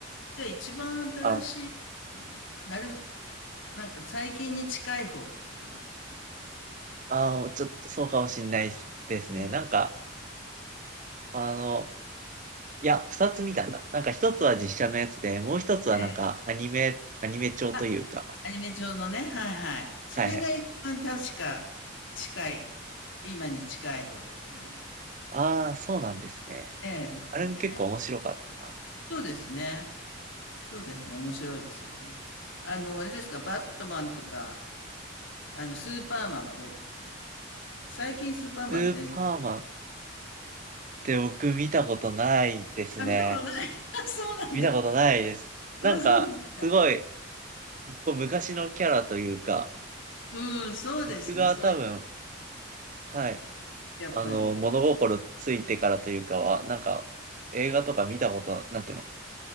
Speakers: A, on the left (about 70°); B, on the right (about 40°).
A: じゃあ一番新しい
B: あ、
A: な、なる、なんか最近に近い方かな。
B: あー、ちょっとそうかもしんないですね。
A: うん
B: なんか、あの、いや、二つ見たんだ。なんか一つは実写のやつで、もう一つはなんかアニメ、
A: で
B: アニメ調というか。
A: あ、アニメ上のね、はいはい。それが一番確か近い、
B: はいはい。
A: 今に近い方だと思います。
B: ああ、そうなんですね。
A: ええ、
B: あれも結構面白かった。
A: ええ、そうですね。そうですね。面白いですよね。あの、あれですか、バットマンとか、あの、スーパーマンはどうですか最近スーパーマン全然。
B: スーパーマンって僕見たことないですね。
A: あ、見たことない。<laughs> そうなんだ。
B: 見たことないです。なんか、
A: あ、そうです。
B: すごい、こう昔のキャラというか、
A: うん、そうですね。
B: 僕が多分、
A: そういう時、
B: はい、
A: やっぱり。
B: あの、物心ついてからというかは、なんか、映画とか見たこと、なんていうの、